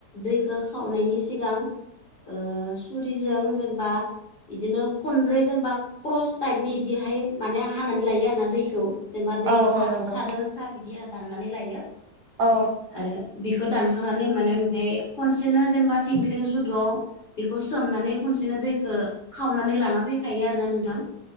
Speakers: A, on the left; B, on the right.
A: दैखौ खावनायनि सिगां ओ सुरिजों जेनेबा बिदिनो खनब्रै जेनेबा क्रस टाइपनि बिदिहाय माने हानानै लायो आर ना दैखौ जेनेबा दै
B: औ
A: सादोन
B: नंगौ
A: स बिदि आरो दाननानै लायो
B: औ
A: आरो बिखौ दानखांनानै माने ओमफफ्राय खनसेनो जेनेबा थिंख्लिं जुदुआव बेखौ सोमनानै खनसेनो दैखौ खावनानै लाना फैखायो आरोना नोंथां